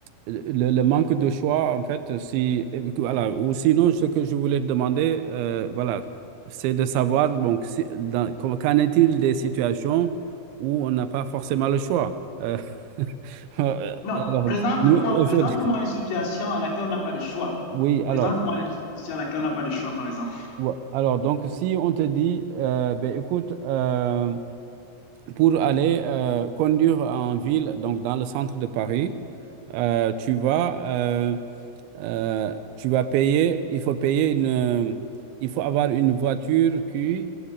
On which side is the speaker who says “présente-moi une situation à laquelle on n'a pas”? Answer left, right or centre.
Left